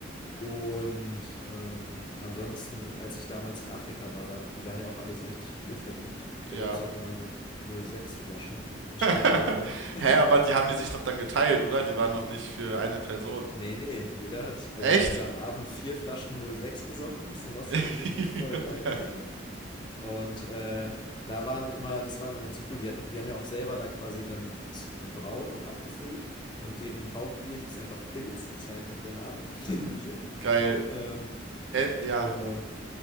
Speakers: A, on the left; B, on the right.
A: Und ähm, ansonsten, als ich damals in Afrika war, da, die waren ja auch alle so richtig bierverliebt. Da
B: Ja.
A: gab es ja auch immer 0, 0,6 Flaschen anstatt
B: <laughs>
A: 0,5.
B: Hä, aber
A: <laughs>
B: die haben die sich doch dann geteilt, oder? Die waren noch nicht für eine Person.
A: Nee, nee, jeder hat, also
B: Echt?
A: wenn du da am Abend vier Flaschen 0,6 gesoffen hast, dann warst
B: <laughs>
A: du auch richtig
B: Junge.
A: voll. ey. Und äh, da waren immer, das war immer ganz cool, die, hatten, die haben ja auch selber da quasi dann z- gebraut und abgefüllt und deren Hauptbier hieß einfach Pilz, das war einfach der Name von dem <laughs> Bier.
B: Geil.
A: Ähm,
B: Äh, ja.
A: und